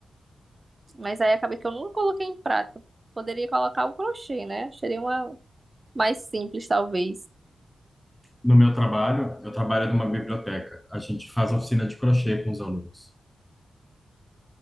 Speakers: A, on the right (about 30°); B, in the centre.
A: mas aí acabei que eu nunca coloquei em prática. Poderia colocar o crochê, né? Seria uma mais simples, talvez.
B: No meu trabalho, eu trabalho numa biblioteca. A gente faz oficina de crochê com os alunos.